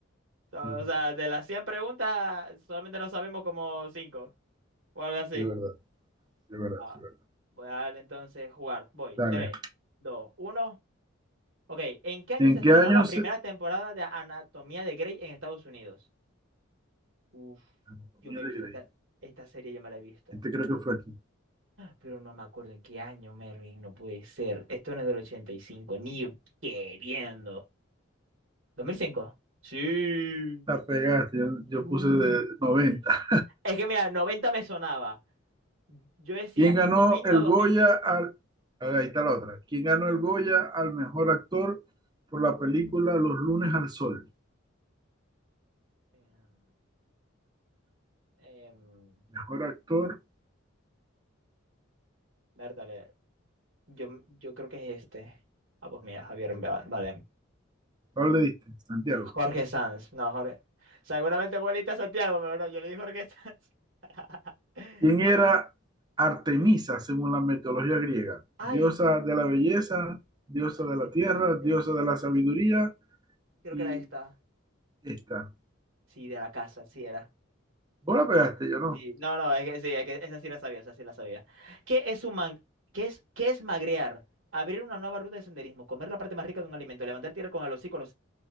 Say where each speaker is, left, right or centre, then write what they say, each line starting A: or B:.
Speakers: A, on the right; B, on the right.
A: O
B: Sí,
A: o sea, de las 100 preguntas solamente nos sabemos como 5 o algo así.
B: sí, de verdad, de verdad,
A: Ah,
B: de verdad.
A: voy a darle entonces jugar. Voy,
B: Dale.
A: tres, dos, uno, Ok, ¿en qué año
B: ¿En
A: se estrenó
B: qué año
A: la
B: se...?
A: primera temporada de Anatomía de Grey en Estados Unidos? Uf,
B: Anatomía
A: yo me
B: de
A: he visto
B: Grey.
A: esta, esta serie, yo me la he visto,
B: Este creo que fue aquí.
A: pero no me acuerdo en qué año, Mervin, no puede ser. Esto no es del 85, ni queriendo. ¿2005? Sí.
B: La pegaste, yo, yo
A: Uh.
B: puse de 90.
A: Es que mira, 90 me sonaba. Yo decía
B: ¿Quién ganó
A: 90
B: el
A: o 2005.
B: Goya al... a ver, Ahí está la otra. ¿Quién ganó el Goya al mejor actor por la película Los lunes al sol?
A: Em, em,
B: Mejor actor,
A: Bertale, yo, yo creo que es este. Ah, pues mira, Javier Ba- Bardem.
B: ¿cuál le diste? Santiago.
A: Jorge Sanz, no, Jorge. Seguramente bolita Santiago, pero no, yo le di Jorge Sanz. <laughs>
B: ¿Quién era Artemisa según la mitología griega?
A: Ay,
B: Diosa de la belleza, diosa
A: Artemisa,
B: de la tierra,
A: Artemisa,
B: diosa de
A: Artemisa.
B: la sabiduría
A: Creo
B: y
A: que era esta.
B: esta.
A: Sí, de la casa, sí era.
B: Vos la pegaste, yo no.
A: Sí, no, no, es que sí, es que esa sí la sabía, esa sí la sabía. ¿Qué es un man- ¿Qué es, qué es magrear? Abrir una nueva ruta de senderismo, comer la parte más rica de un alimento, levantar tierra con el hocico, los,